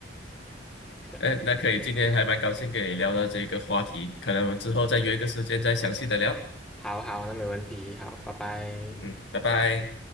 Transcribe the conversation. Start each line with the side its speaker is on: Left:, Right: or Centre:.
Centre: 对，
Left: 哎，那可以，今天还蛮高兴跟你聊到这个话题，可能我们之后再约一个时间再详细的聊。
Centre: 好好，那没问题，好，拜拜。
Left: 嗯，拜拜。